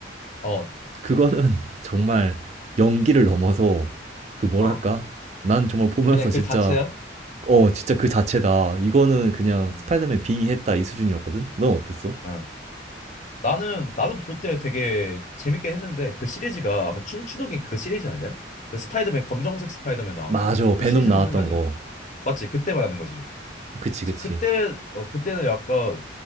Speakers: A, on the left (about 40°); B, on the right (about 35°).
A: 어,
B: 그거는 <laughs> 정말 연기를 넘어서 그 뭐랄까?
A: 어
B: 난 정말 보면서
A: 그냥
B: 진짜
A: 그 자체야?
B: 어 진짜 그 자체다 이거는 그냥
A: 음,
B: 스파이더맨 빙의했다 이 수준이었거든? 넌 어땠어?
A: 어. 나는 나도 볼 때 되게 재밌게 했는데 그 시리즈가 아마 춤추도긴 그 시리즈 아니야? 그 스파이더맨 검정색 스파이더맨 나오는
B: 맞아
A: 거? 그
B: 베놈
A: 시리즈
B: 나왔던
A: 말하는 거 아니야?
B: 거
A: 맞지? 그때 말하는 거지.
B: 그치 그치
A: 그때 어 그때는 약간